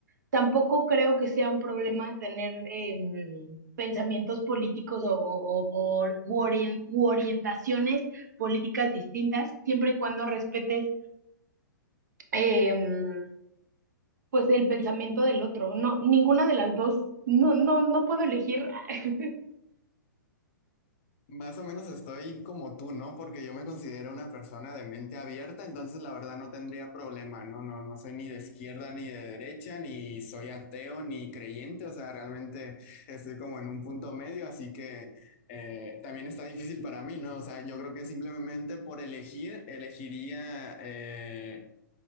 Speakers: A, on the right; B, on the left.
A: Tampoco creo que sea un problema tener em, pensamientos políticos o, o- o- o- u orien- u orientaciones políticas distintas, siempre y cuando respetes em, pues el pensamiento del otro. No, ninguna de las dos. No, no, no puedo elegir. <laughs>
B: Más o menos estoy como tú, ¿no? Porque yo me considero una persona de mente abierta, entonces la verdad no tendría problema, ¿no? No, no soy ni de izquierda ni de derecha, ni soy ateo ni creyente, o sea, realmente estoy como en un punto medio, así que eh, también está difícil para mí, ¿no? O sea, yo creo que simplemente por elegir, elegiría eh,